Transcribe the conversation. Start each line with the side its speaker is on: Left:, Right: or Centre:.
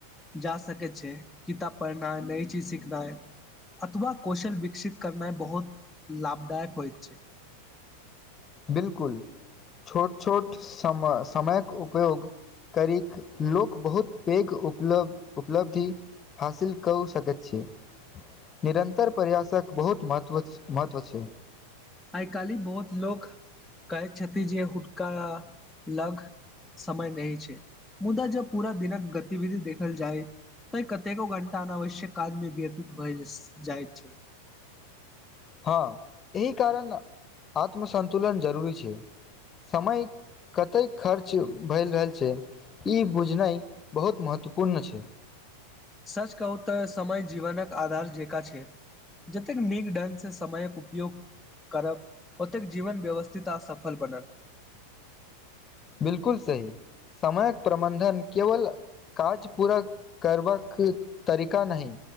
Centre: जा सकैत छै, किताब पढ़नाइ नई चीज सिखनाइ अथवा कौशल विकसित करनाइ बहुत लाभदायक होइत छै,
Left: बिलकुल छोट छोट सम समयक उपयोग करीक लोक बहुत पेघ उपलब उपलब्धी हासिल कौ‌औ सकैत छै। निरन्तर प्रयासक बहुत महत्व महत्व छै।
Centre: आइ काल्हि बहुत लोक कहैत छथि जे हुनका लग समय नहि छै। मुदा जब पूरा दिनक गतिविधि देखल जाइ त कतेको घंटा अनावश्यक काजमे व्यतीत भए जाइ छै।
Left: हँ, एहि कारण आत्मसन्तुलन जरूरी छै समय कतेक खर्च भएल रहल छै ई बुझनाइ बहुत महत्वपूर्ण छै।
Centre: सच कहू तऽ समय जीवनक आधार जेका छै। जतेक नीक ढंगसँ समयक उपयोग करब ओतेक जीवन व्यवस्थित आ सफल बनत
Left: बिलकुल सही समयक प्रबन्धन केवल काज पूरा करबाक तरीका नहि